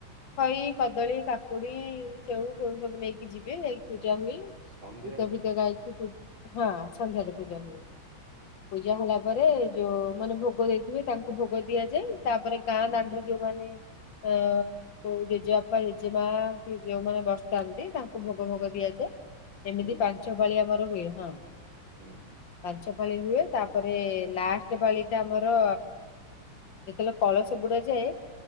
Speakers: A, on the left (about 65°); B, on the right (about 80°).
A: ଖଇ କଦଳୀ କାକୁଡି ସେଉ ଫେଉ ସବୁ ନେଇକି ଯିବେ ଯାଇକି ପୂଜା ହୁଏ।
B: ସନ୍ଧ୍ୟାରେ
A: ଗୀତ ଫୀତ ଗାଇକି ପୁ ହଁ ସନ୍ଧ୍ୟାରେ ପୂଜା ହୁଏ
B: ହୁଁ
A: ପୂଜା ହେଲା ପରେ ଯୋଉ ମାନେ ଭୋଗ ଦେଇଥିବେ ତାଙ୍କୁ ଭୋଗ ଦିଆଯାଏ। ତାପରେ ଗାଁ
B: ହୁଁ
A: ଦାଣ୍ଡରେ ଯୋଉମାନେ ଅ ଯୋଉ ଜେଜେ ବାପା ଜେଜେ ମା କି ଯୋଉମାନେ ବସ କନ୍ତି ତାଙ୍କୁ ଭୋଗ ଭୋଗ ଦିଆଯାଏ ଏମିତି
B: ହୁଁ
A: ପାଞ୍ଚ ପାଳି ଆମର ହୁଏ ହଁ।
B: ହୁଁ
A: ପାଞ୍ଚ ପାଳି ହୁଏ। ତାପରେ ଲାଷ୍ଟ ପାଳି ଟା ଆମର ଯେତେବେଳେ କଳସ ବୁଡା ଯାଏ